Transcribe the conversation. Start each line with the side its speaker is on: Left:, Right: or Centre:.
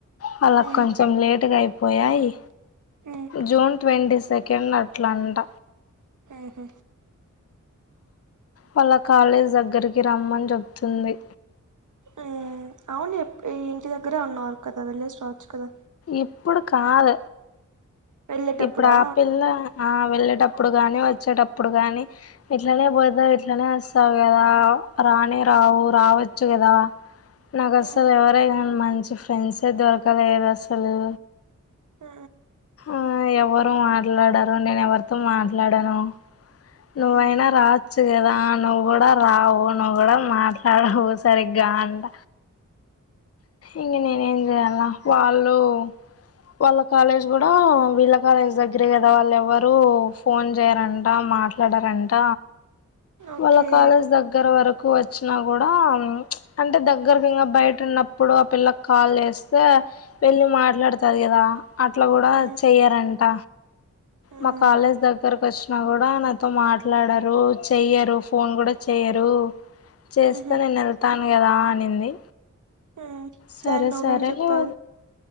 Left: వాలాక్
Right: మ్మ్
Left: కొంచెం లేట్గా అయిపోయాయి
Right: మ్మ్
Left: జూన్ ట్వంటీస్ సెకండ్ అట్లా అంట
Right: ఉహ్మ్
Left: వాళ్ళ కాలేజ్ దగ్గరికి రమ్మని చెబ్తుంది
Right: ఉమ్ అవును ఎప్ ఈ ఇంటి దగ్గరే ఉన్నారు కదా వెళ్ళేసి రావచ్చు కదా
Left: ఇప్పుడు కాద్
Right: వెళ్ళేటప్పుడా
Left: ఇప్పుడ ఆ పిల్ల ఆ వెళ్ళేటప్పుడు కానీ వచ్చేటప్పుడు కానీ ఇట్లనే పోతాది ఇట్లనే వస్తావ్ గదా రానె రావు రావచ్చు గదా నాకస్సల్
Right: మ్మ్
Left: ఎవరైనా మంచి ఫ్రెండ్స్ ఎ దొరకలేదస్సలు
Right: ఆ
Left: అ ఎవరు మాట్లాడరు నేను ఎవరితో మాట్లాడాను
Right: మ్మ్
Left: నువ్వైనా రావచ్చు గదా నువ్వు గుడా రావు నువ్వు గుడా మాట్లాడవు సరిగ్గా ంట ఇంగ నెనేంచేయల్లా వాళ్ళు వాళ్ళ కాలేజ్ గుడా వీళ్ళ కాలేజ్ దగ్గరే కదా వాళ్ళు ఎవ్వరు ఫోన్ చేయారంట మాట్ ట్లాడారంట
Right: ఓకే
Left: వాళ్ళ కాలేజ్ దగ్గర వరక్ ఎక్కువ వచ్చినా గుడా అంటే దగ్గరకి ఇంగా బయట ఉన్నప్పుడు ఆ పిల్లక్ కాల్ చేస్తే వెళ్ళి మాట్లాడుతాది గదా అట్లా గుడా
Right: మ్మ్
Left: చెయ్యారంట
Right: మ్మ్
Left: మా కాలేజ్ దగ్గరక్ వచ్చినా గుడా మాట్లాడరు చెయరు ఫోన్ కూడా చెయరు చేస్తే
Right: మ్హూ
Left: నేను వెళ్తా కదా అనింది
Right: మ్మ్
Left: సరే
Right: దానికి నువ్వేం
Left: సరే
Right: చెప్తావు
Left: వ